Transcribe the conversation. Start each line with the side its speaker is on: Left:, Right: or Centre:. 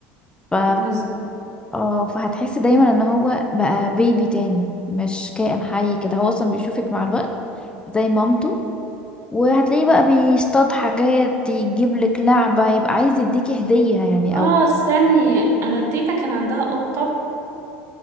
Left: ف
Right: بتهزر
Left: اه فهتحسي دايما ان هو بقى بيبي تاني مش كائن حي كده هو اصلا بيشوفك مع الوقت زي مامته وهتلاقيه بقى بيصطاد حاجات يجيب لك لعبة يبقى عايز يديكي هدية يعني
Right: اه
Left: او
Right: استني انا تيتا كان عندها قطة